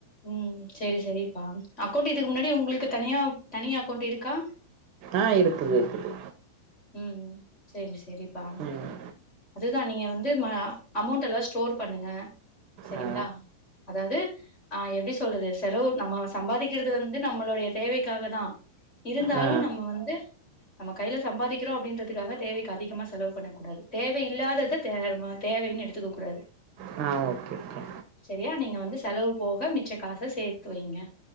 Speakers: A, on the left (about 30°); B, on the right (about 40°).
A: ம் செரி செரிப்பா அக்கௌண்ட் இதுக்கு முன்னாடி உங்ளுக்கு தனியா தனியா அக்கௌண்ட் இருக்கா
B: ஆ இருக்குது இருக்குது
A: ம் செரி செரிப்பா
B: ம்.
A: அதுதா நீங்க வந்து ம அமௌண்ட் எல்லா ஸ்டோர் பண்ணுங்க செரிங்களா
B: ஆ.
A: அதாவ்து ஆ எப்டி சொல்றது செலவு நம்ம சம்பாதிக்கிறது வந்து நம்மளுடைய தேவைக்காக தா இருந்தாலு
B: ஆ.
A: நம்ம வந்து நம்ம கைல சம்பாதிக்கிறோ அப்டின்றதுக்காக தேவைக் அதிகமா செலவு பண்ணக் கூடாது தேவ இல்லாதத தேவமா தேவைன்னு எடுத்துக்க கூடாது
B: ஆ ஓகே, ஓகே.
A: செரியா நீங்க வந்து செலவு போக மிச்ச காச சேத்து வைங்க